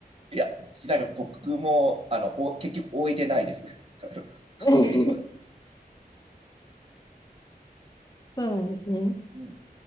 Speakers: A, on the right; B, on the left.
A: いや、ちなみに僕も、あの、お、結局終えてないです。<laughs> あのストーリーは。
B: <laughs> そうなんですね。
A: うん